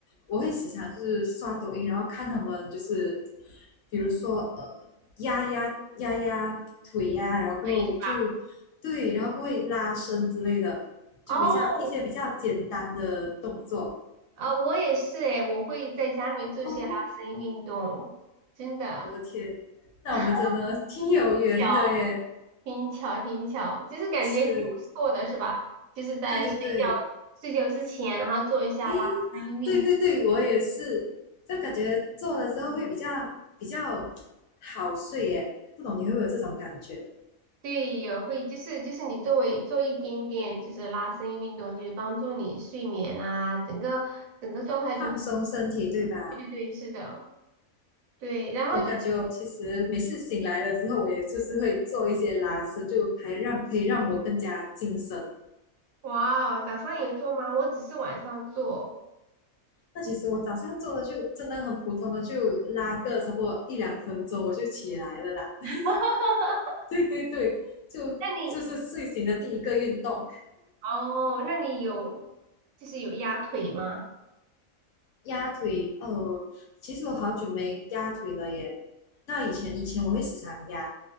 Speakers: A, on the left; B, on the right.
A: 我会时常是刷抖音，然后看他们就是，比如说呃，压压压压腿呀、然后过后就对，
B: 对，
A: 然后过后会拉伸之类的，就比较一些比较简单的动作。
B: 哦，啊，我也是诶，我会在家里面做些拉伸运动，
A: 哦，
B: 真的，
A: 我的天，那我们真的挺有缘的耶，
B: <laughs> 巧，挺巧，挺巧，就是感觉挺不错的，
A: 是。
B: 是吧？就是在睡觉睡觉之前，
A: 对对对，
B: 然后做一下拉伸运动，
A: 哎，对对对，我也是，就感觉做了之后会比较比较好睡耶，不懂你会不会有这种感觉？
B: 对，有会就是就是你作为做一点点就是拉伸运动，就是帮助你睡眠啊，整个整个状态就。
A: 放松身体，
B: 很。
A: 对吧？
B: 对对对，是的，对。然后就是
A: 我感觉我其实每次醒来了之后，我也就是会做一些拉伸，就还让可以让我更加精神。
B: 哇哦早上有做吗？我只是晚上做。
A: 那其实我早上做的就真的很普通的，就拉个差不多一两分钟我就起来了啦。
B: <laughs> 那
A: <laughs> 对对对，就就是睡醒的第一个运动。
B: 你哦，那你有就是有压腿吗？
A: 压腿，哦，其实我好久没压腿了耶。那以前以前我会时常压，